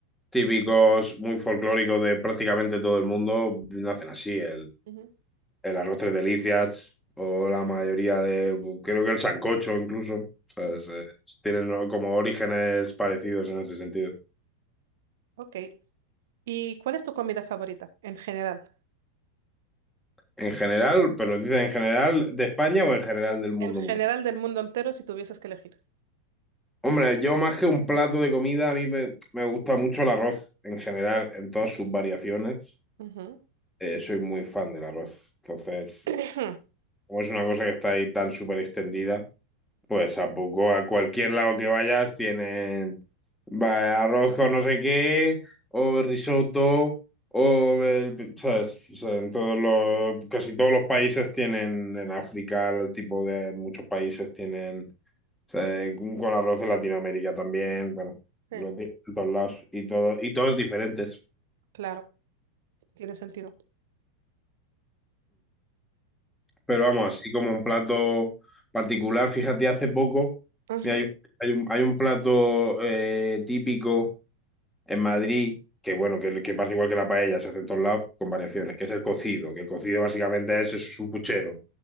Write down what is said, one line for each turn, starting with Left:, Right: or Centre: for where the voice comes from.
Centre: típicos, muy folclóricos de prácticamente todo el mundo, nacen así. El,
Right: Ujú,
Centre: el arroz tres delicias o la mayoría de, creo que el sancocho incluso, ¿sabes?
Right: ujú.
Centre: Eh, tienen como orígenes parecidos en ese sentido.
Right: Ok. ¿Y cuál es tu comida favorita en general?
Centre: En general, pero dicen en general de España o en general del mundo.
Right: En general
Centre: mu-
Right: del mundo entero, si tuvieses que elegir.
Centre: Hombre, yo más que un plato de comida, a mí me, me gusta mucho el arroz en general, en todas sus variaciones.
Right: Ujú.
Centre: Eh, soy muy fan del arroz. Entonces,
Right: <clears throat>
Centre: como es una cosa que está ahí tan súper extendida, Pues tampoco a cualquier lado que vayas tienen va, arroz con no sé qué, o risotto, o el- pi- ¿sabes? O sea, en todos los, casi todos los países tienen, en África, el tipo de muchos países tienen, o sea, con con arroz en Latinoamérica también, bueno,
Right: Sí.
Centre: lo tienen en todos lados, y todo, y todos diferentes.
Right: Claro, tiene sentido.
Centre: Pero vamos, así como un plato particular, fíjate, hace poco,
Right: Ujú,
Centre: mira, hay un, hay un- hay un plato eh, típico en Madrid, que bueno, que, que pasa igual que la paella, se hace en todos lados con variaciones, que es el cocido, que el cocido básicamente es eso, es un puchero.